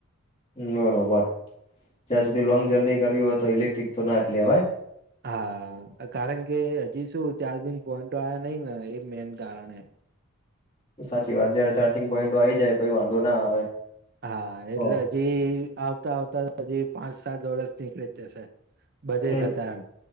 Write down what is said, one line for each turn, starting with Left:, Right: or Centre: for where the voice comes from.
Left: બરોબર, જ્યાં સુધી લોંગ જર્ની કરવી હોય તો, ઇલેક્ટ્રિક તો નાત લેેવાય.
Right: હા, કારણ કે હજી શું ચારજીન પોઈન્ટો આયા નઇ ન એ મેન કારણ હે <unintelligible>
Left: સાચી વાત, જયારે પોઈન્ટો આયી જાઈ પઈ વાંધો ના આવે.
Right: હા,
Left: હ
Right: એટલે હજી આવતા આવતા, પાંચ-સાત વર્ષ નીકળી જ જશે. બધેય
Left: હમ
Right: નકામા એમ.